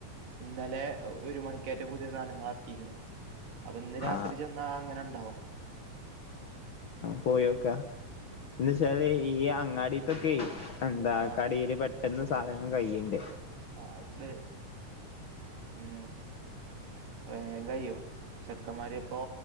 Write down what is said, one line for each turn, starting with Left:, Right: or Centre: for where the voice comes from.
Right: ഇന്നലെ ഒരു മണിക്കെറ്റെ പുതിയ സാധനങ്ങൾ എറക്കിക്ക്ണ്. അപ്പൊ ഇന്ന് രാത്രി
Left: ആ
Right: ചെന്നാ അങ്ങനെ ഇണ്ടാവും.
Left: പോയോക്ക എന്ന് വച്ചാല് ഈ അങ്ങാടിത്തൊക്കെ എന്താ
Right: ആഹ്
Left: കടീല് പ എന്നും സാധനങ്ങൾ കയ്യിണ്ട്.
Right: ആണ്ട് ഉം. വേം കയ്യും ചെറുക്കന്മാരിപ്പോ.